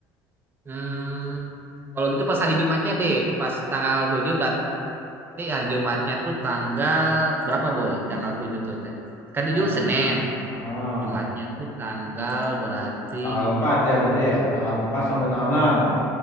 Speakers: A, on the right; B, on the left.
A: Hmm, kalau gitu pas hari Jumatnya deh, pas tanggal 7 berarti Tapi hari Jumatnya tuh tanggal berapa Boy? Tanggal 7 tuh. Kan tujuh
B: Ah,
A: Senin.
B: ah, ah.
A: Jumatnya tuh tanggal berarti
B: Tanggal 4 ya berarti ya, tanggal empat sampai tanggal enam,